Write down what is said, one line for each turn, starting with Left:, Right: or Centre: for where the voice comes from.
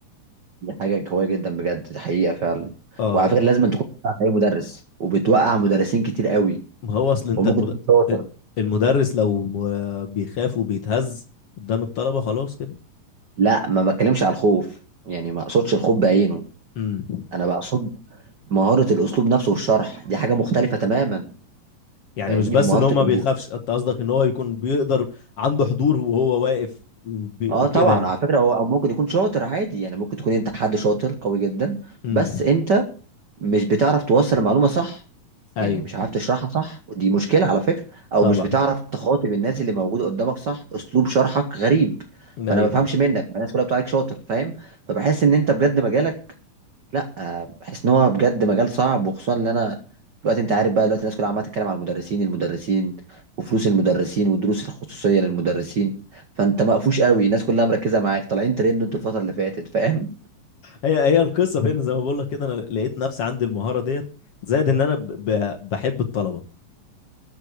Right: دي حاجه قويه جدا بجد دي حقيقه فعلا
Left: اه
Right: وعلى فكره لازم تكون بتوقع اي مدرس وبتوقع مدرسين كتير قوي
Left: ما هو اصل انت
Right: وممكن
Left: المد...
Right: تكون شاطر
Left: المدرس لو م- بيخاف وبيتهز قدام الطلبة خلاص كده
Right: لا ما بتكلمش على الخوف يعني ما اقصدش الخوف بعينه
Left: امم
Right: انا بقصد مهاره الاسلوب نفسه والشرح دي حاجه مختلفه تماما
Left: يعني
Right: فاهمني
Left: مش بس
Right: ومهاره
Left: ان هو ما
Right: الأبو-
Left: بيخافش انت قصدك ان هو يكون بيقدر عنده حضور وهو واقف وبي...
Right: اه طبعا
Left: كده يعني
Right: على فكره هو او ممكن يكون شاطر عادي يعني ممكن تكون انت حد شاطر قوي جدا
Left: امم
Right: بس انت مش بتعرف توصل المعلومه صح
Left: ايوه
Right: يعني مش عارف تشرحها صح ودي مشكله على فكره او
Left: طبعا
Right: مش بتعرف تخاطب الناس اللي موجوده قدامك صح اسلوب شرحك غريب
Left: ايوه
Right: فانا ما بفهمش منك ما الناس كلها بتقولك شاطر فاهم فبحس ان انت بجد مجالك لا بحس ان هو بجد مجال صعب وخصوصا ان انا دلوقتي انت عارف بقى دلوقتي الناس كلها عماله تتكلم على المدرسين المدرسين وفلوس المدرسين والدروس الخصوصيه للمدرسين فانت مقفوش قوي الناس كلها مركزه معاك طالعين ترند انتوا الفتره اللي فاتت فاهم
Left: هي هي القصة فين زي ما بقول لك كده انا لقيت نفسي عندي المهارة ديت زائد ان انا ب... ب... بحب الطلبة